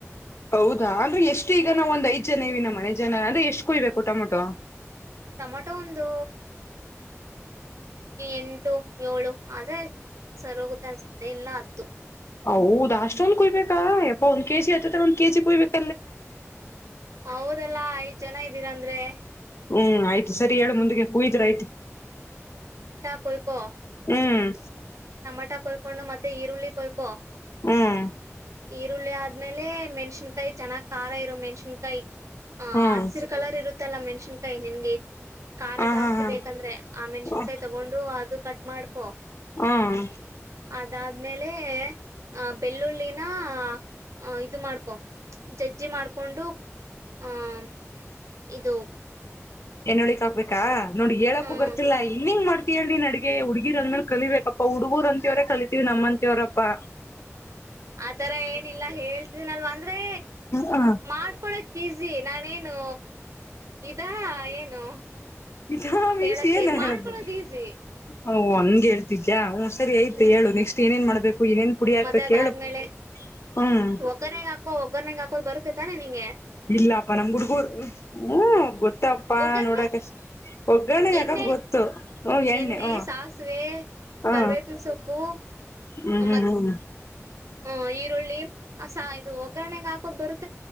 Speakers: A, on the left (about 60°); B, on the right (about 80°).
A: ಹೌದಾ ಅಂದ್ರೆ ಎಷ್ಟು ಈಗ ನಾವ ಒಂದ ಐದ್ ಜನ ಇವ ನ ಮನೆ ಜನ ಅಂದ್ರೆ ಎಷ್ಟ್ ಕುಯ್ಬೇಕು ಟೊಮೊಟೊ
B: ಟೊಮಟೊ ಒಂದು ಎಂಟು ಏಳು ಆದ್ರೆ ಸರಿೋಗುತ್ತೆ ಅನ್ಸುತ್ತೆ ಇಲ್ಲ ಅದ್ದು
A: ಹೌದ ಅಷ್ಟೊಂದ್ ಕುಯ್ಬೇಕಾ ಯಪ್ಪಾ ಒಂದ ಕೆಜಿ ಆಐತದ್ರ ಒಂದ ಕೆಜಿ ಕುಯ್ಬೇಕು
B: ಹೌದಲ್ಲ ಐದ್ ಜನ ಂದಿರಂದ್ರೆ
A: ಹ್ಮ್ ಆಯ್ತು ಸರಿ ಹೇಳು ಮುಂದಕ್ಕೆ ಕುೂಯಿದ್ರ ಆಯ್ತು
B: ಹೊಯ್ಕೋ
A: ಹ್ಮ್
B: ಟಮಾಟಾ ಕೊಯ್ಕೊಂಡು ಮತ್ತೆ ಈರುಳ್ಳಿ ಕೊಯ್ಕೊ
A: ಹ್ಮ್
B: ಈರುಳ್ಳಿ ಆದ್ಮೇಲೆ ಮೆಣ್ಸಿನ್ಕಾಯಿ ಚೆನ್ನ್ ಖಾರ ಇರೋ ಮೆಣ್ಸಿನ್ಕಾಯಿ ಹ
A: ಹ್ಮ್
B: ಹಸಿರ್ ಕಲರ್ ಇರುತ್ತಲ್ಲಾ ಮೆನ್ಷ ಕೈ ನಿನ್ಗೆ ಖಾರ
A: ಹ
B: ಜಾಸ್ತಿ
A: ಹಾ
B: ಬೇಕಂದ್ರೆ ಆ ಮೆಣಸಿನ್ಕಾಯಿ
A: ಹಾ
B: ತಗೊಂಡು ಅದು ಕ ಮಾಡಡ್ಕೋ
A: ಹ್ಮ್
B: ಅದಾದ್ಮೇಲೆ ಆ ಬೆಳ್ಳುಳ್ಳಿನ ಹ ಇದು ಮಾಡ್ಕೊ ಜಜ್ಜಿ ಮಾಡ್ಕೊಂಡು ಆಹ ಇದು
A: ಏನ್ ಉಳ್ಕ್ ಹೋಗಕ್ಬೇಕಾ ನೋಡಿ ಹೇಳಕ
B: ಹ್ಮ್
A: ಬರ್ತಿಲ್ಲ ಇನ್ ಹಂಗ ಮಾಡ್ ಕ ಅಿ ನಡಗೆ ಹುಡ್ಗಿರ್ ಅಂದ್ಮೇಲೆ ಕಲಿಬೇಕಪ್ಪಾ ಹುಡುಗೂರ್ ಅಂತತ್ಯವರೇ ಕಲಿತೀವಿ ನಮ್ಮಂತವರಪ್ಪಾ
B: ಆತರ ಏನಿಲ್ಲ ಹೇಳ್ತಿದಿನಲ್ವ ಅಂದ್ರೆ
A: ಹ
B: ಮಾಡ್ಕೊಡಕ್ ಈಸಿ ನಾನೇನು ಇದಾ ಏನು
A: ಇ ಮೀನ್ಸ್
B: ಹೇಳಕ್ಕೆ
A: ಏನ
B: ಮಾಡ್ಕೊಳೋದ್
A: ಹೇಳುದು
B: ಈಸಿ
A: ಹ ಹನ್ಗೆಿ ನಿಜಾ ಹ್ ಸರಿಯ್ತು
B: ಹ್ಮ್
A: ಹೇಳು ನೆಕ್ಸ್ಟ್ ಏೇನ್ ಮಾಡ್ಬೇಕು ಏನೇನ್ ಪುಡಿ ಹಾಕ್ಬೇಕು
B: ಮತ್ತೆ ಅದಾದ್ಮೇಲೆ
A: ಹೇಳು ಹ್ಮ್
B: ಒಗ್ಗರಣೆಗಾಕೋ ಒಗ್ಗರಣೆಗಾಕೋದ್ ಬರುತ್ ಇ ತಾನೆ ನೀಗೆ
A: ಇಲ್ಲಪ್ಪ ನಮ್ ಹುಡ್ಗೂರು ಹ್ಮ ಗೊತ್ತಪ್ಪಾ
B: ಒಗ್ಗರ್ನೆ
A: ನೋಡಕ ಒಗ್ಗರಣೆ ಯಾಕಪ್ಪ
B: ಎಣ್ಣೆ
A: ಗೊತ್ತು ಹ್ಮ
B: ಎಣ್ಣೆ
A: ಹ್ಮ
B: ಸಾಸಿವೆ
A: ಹಾ
B: ಕರಿವೇಪಿನ ಸೊಪ್ಪು
A: ಹ್ಮ್ ಹ್ಮ್
B: ಮತ್
A: ಹ್ಮ್
B: ಹ ಈರುಳ್ಳಿ ಅ ಸಾ ಇದು ಒಗ್ಗರಣೆಗಾಕೋದ್ ಬರುತ್